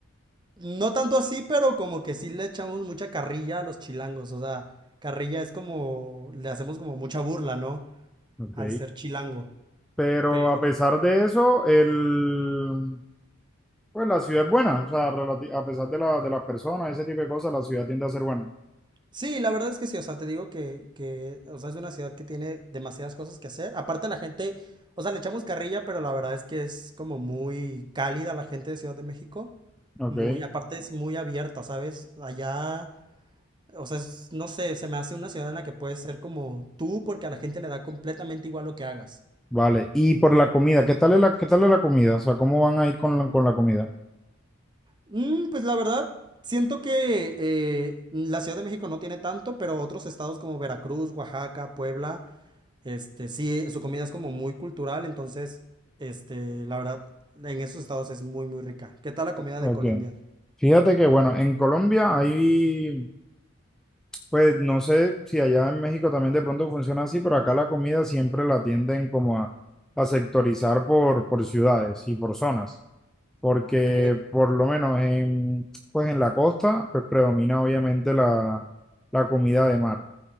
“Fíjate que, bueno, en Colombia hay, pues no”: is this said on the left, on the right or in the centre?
Centre